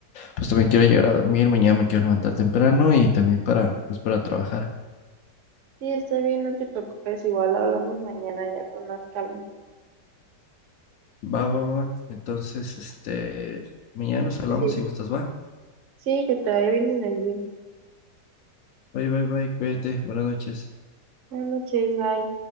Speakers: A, on the left; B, on the right.
A: pues también quiero llegar a dormir. Mañana me quiero levantar temprano y también para, pues para trabajar.
B: Sí, está bien, no te preocupes, igual hablamos mañana ya con más calma.
A: Va, va, va. Entonces, este, mañana nos hablamos
B: Pues sí,
A: si gustas, va.
B: sí, que te vaya bien en el gym.
A: Bye, bye, bye. Cuídate. Buenas noches.
B: Buenas noches, bye.